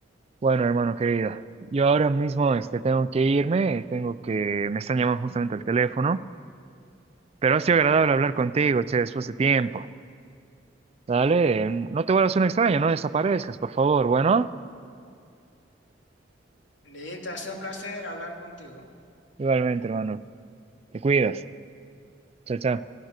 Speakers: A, on the right; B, on the left.
A: Bueno, hermano querido, yo ahora mismo este, tengo que irme, tengo que, me están llamando justamente al teléfono, pero ha sido agradable
B: Ujú.
A: hablar contigo, che, después de tiempo. Dale, mm, no te vuelvas un extraño, no desaparezcas, por favor, bueno.
B: Listo, ha sido un placer hablar contigo.
A: Igualmente, hermano, te cuidas. Chao, chao.